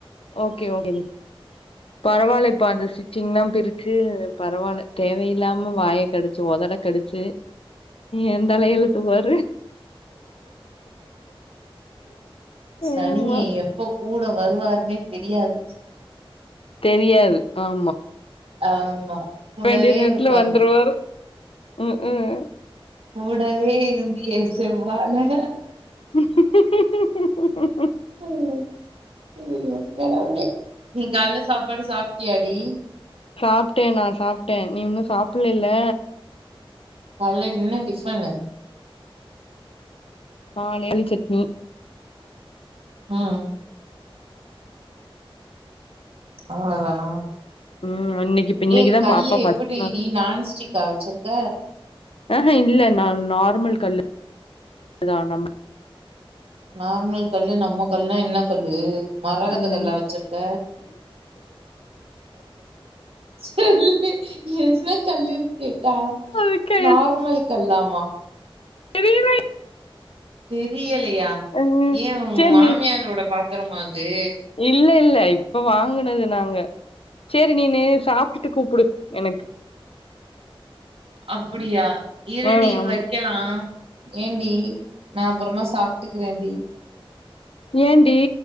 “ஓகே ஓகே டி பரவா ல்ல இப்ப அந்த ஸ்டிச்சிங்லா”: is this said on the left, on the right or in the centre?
Left